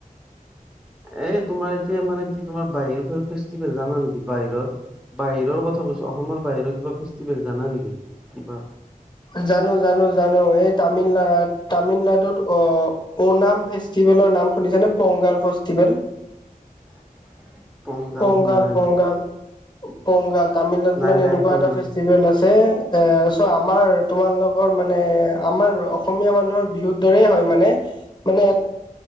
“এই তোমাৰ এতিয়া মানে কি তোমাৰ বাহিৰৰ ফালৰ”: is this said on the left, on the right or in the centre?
Centre